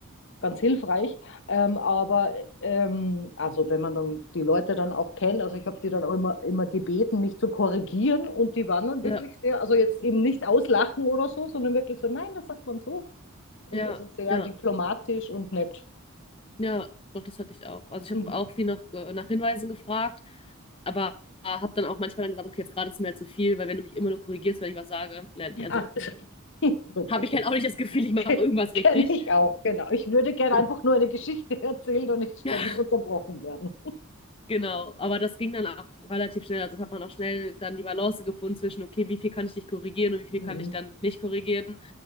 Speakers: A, on the left (about 60°); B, on the left (about 25°).
A: ganz hilfreich. Ähm, aber ähm, also wenn man dann die Leute dann auch kennt, also ich habe die dann auch immer, immer gebeten, mich zu korrigieren. Und die waren dann
B: ja,
A: wirklich sehr, also jetzt eben nicht auslachen oder so, sondern wirklich so, nein, das sagt man so. Und
B: ja,
A: also sehr
B: ja,
A: diplomatisch und nett.
B: ja, doch, das hatte ich auch. Also ich
A: Mhm.
B: habe auch viel nach, äh, nach Hinweisen gefragt, aber habe dann auch manchmal dann gesagt, okay, jetzt gerade ist mir halt zu viel, weil wenn du mich immer nur korrigierst, wenn ich was sage, lern- also
A: Ah, <laughs> gut,
B: habe
A: ja,
B: ich
A: das
B: halt auch nicht das Gefühl,
A: <laughs>
B: ich mache irgendwas
A: Kenne
B: richtig.
A: ich auch, genau. Ich würde gerne
B: Und
A: einfach nur eine Geschichte erzählen und nicht ständig
B: ja,
A: unterbrochen werden.
B: Genau, aber das ging dann auch relativ schnell. Also das hat man auch schnell dann die Balance gefunden zwischen, okay, wie viel kann ich dich korrigieren und wie viel
A: Mhm.
B: kann ich dann nicht korrigieren.